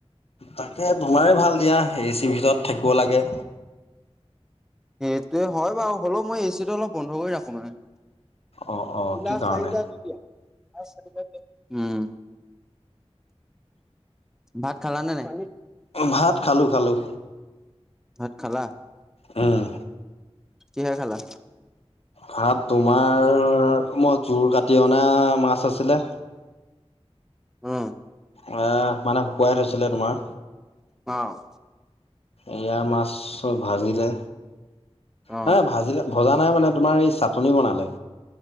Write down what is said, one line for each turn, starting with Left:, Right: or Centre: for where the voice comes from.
Left: তাকে তোমাৰে ভাল দিয়া এ চিৰ ভিতৰত থাকিব লাগে।
Centre: সেইটোৱে হয় বাৰু, হ'লেও মই এচিটো অলপ বন্ধ কৰি ৰাখোঁ মানে।
Left: অ', অ'
Centre: গিলাচ
Left: কি কাৰণে?
Centre: চাৰিটা দি দিয়া <unintelligible> উম। ভাত খালা নে নাই?
Left: ভাত খালোঁ খালোঁ।
Centre: ভাত খালা?
Left: উম।
Centre: কিহে খালা?
Left: ভাত তোমাৰ, মই জোৰ কাটি অনা মাছ আছিলে।
Centre: উম।
Left: অই মানে শুকুৱাই থৈছিলে তোমাৰ?
Centre: অ'।
Left: এয়া মাছব ভাজিলে,
Centre: অ',
Left: হে ভাজিলে ভজা নাই মানে তোমাৰ এই চাটনি বনালে।